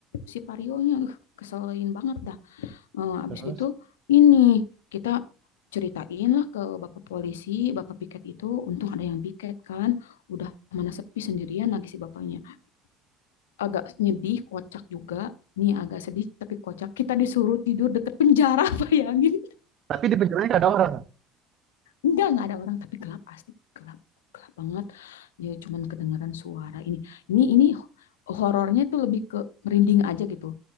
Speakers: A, on the left; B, on the right.
A: si parionya uh, keselin banget dah Eh, abis
B: Terus.
A: gitu ini kita ceritain lah ke bapak polisi, bapak piket itu untung ada yang piket kan, udah mana sepi sendirian lagi si bapaknya. Agak nyedih, kocak juga. Nih agak sedih tapi kocak. Kita disuruh tidur deket penjara, <laughs> bayangin.
B: Tapi di penjaganya nggak ada orang.
A: Enggak, enggak ada orang, tapi gelap asli, gelap, gelap banget. Ya cuman kedengaran suara ini. Ini ini horornya tuh lebih ke merinding aja gitu.